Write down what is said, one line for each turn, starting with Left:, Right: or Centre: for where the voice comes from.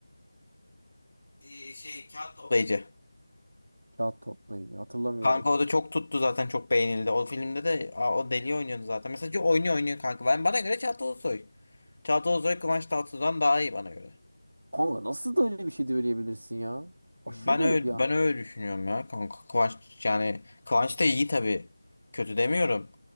Left: Ee, şey kağıt toplayıcı.
Right: kağıt toplayın hatırlamıyorum.
Left: Kanka o da çok tuttu zaten çok beğenildi. O filmde de a, o deli oynuyordu zaten. Mesela oynuyor oynuyor kanka. Ben, bana göre Çağatay Ulusoy. Çağatay Ulusoy Kıvanç Tatlıtuğ'dan daha iyi bana göre.
Right: Kanka nasıl da öyle bir şey söyleyebilirsin ya? Aşırı
Left: Ben
Right: garip
Left: öyle,
Right: yani.
Left: ben öyle düşünüyorum ya kanka. Kıvanç yani Kıvanç da iyi tabii. Kötü demiyorum.